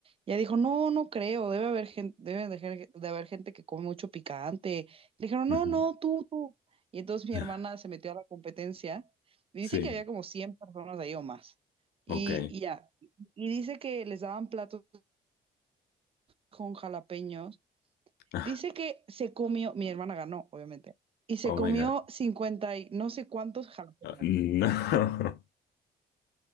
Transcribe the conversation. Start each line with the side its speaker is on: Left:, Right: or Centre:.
Right: Y ella dijo, no, no creo, debe haber gente, debe de, gen- de haber gente que come mucho picante. Le dijeron,
Left: Ujú.
Right: no, no, tú, tú. Y entonces mi
Left: <laughs>
Right: hermana se metió a la competencia y dice
Left: Sí,
Right: que había como 100 personas ahí o más. Y,
Left: ok.
Right: y ya, y dice que les daban platos con jalapeños.
Left: <laughs>
Right: Dice que se comió, mi hermana ganó, obviamente, y se
Left: Oh
Right: comió
Left: my God.
Right: 50 y no sé cuántos jalapeños.
Left: ah, No.